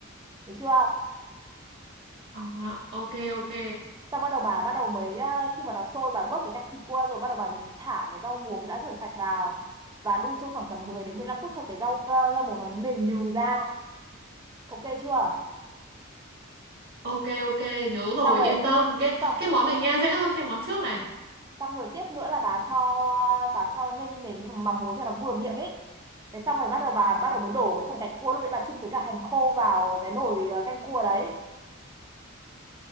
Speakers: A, on the right (about 20°); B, on the right (about 45°).
A: được chưa?
B: À, ok ok
A: Xong bắt đầu bà bắt đầu mới à, khi mà nó sôi bà vớt cái gạch thịt qua rồi bắt đầu bà mới thả cái rau muống đã rửa sạch vào và đun trong khoảng tầm 10 đến 15 phút cho cái rau ờ, rau muống nó mềm nhừ ra. Ok chưa?
B: ok ok nhớ rồi
A: Xong rồi.
B: yên tâm cái
A: Xong
B: cái món này nghe dễ hơn cái món trước này.
A: xong rồi tiếp nữa là bà cho bà cho nêm nếm mắm muối cho nó vừa miệng ấy. Thế xong rồi bắt đầu bà bắt đầu mới đổ cái phần gạch cua lúc đấy bà chưng với cả hành khô vào cái nồi ờ, canh cua đấy.